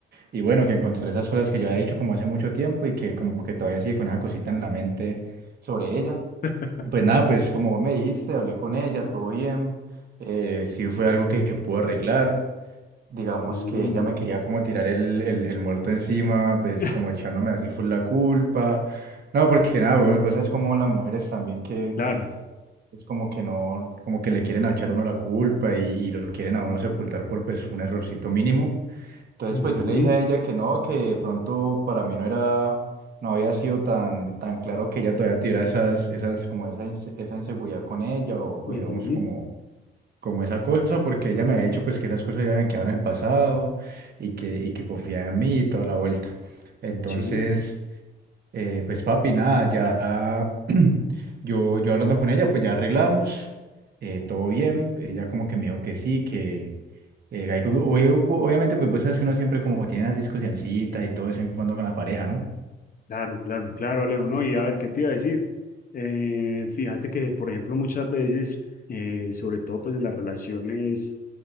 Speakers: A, on the right; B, on the left.
A: Y bueno, que encontré esas cosas que yo había dicho como hace mucho tiempo y que como que todavía sigue con esa cosita en la mente sobre ella.
B: <laughs>
A: Pues nada, pues como vos me dijiste, hablé con ella, todo bien. Eh, sí fue algo que se pudo arreglar. Digamos
B: Mm,
A: que ella me quería como tirar el, el, el muerto encima, pues
B: <laughs>
A: como echándome así fue la culpa. No, porque nada, bueno, pues es como las mujeres también que
B: claro.
A: es como que no, como que le quieren echar a uno la culpa y, y lo quieren a uno sepultar por pues un errorcito mínimo. Entonces, pues
B: Ujú,
A: yo le dije a ella que no, que de pronto para mí no era, no había sido tan, tan claro que ella todavía tuviera esas, esas, como esa, inse- esa inseguridad con ella o,
B: ujú,
A: o digamos como, como esa cosa, porque ella me había dicho pues que esas cosas ya habían quedado en el pasado y que, y que confiaba en mí y toda la vuelta. Entonces,
B: Sí,
A: eh, pues papi, nada, ya <clears throat> yo, yo hablando con ella, pues ya arreglamos, eh, todo bien, ella como que me dijo que sí, que eh, hay como- oye, Hugo, obviamente pues vos sabes que uno siempre como tiene las discusioncitas y todo de vez en cuando con la pareja, ¿no?
B: claro, claro, claro, Alejo, ¿no? Y a ver, ¿qué te iba a decir? Eh, fíjate que, por ejemplo, muchas veces, eh, sobre todo pues en las relaciones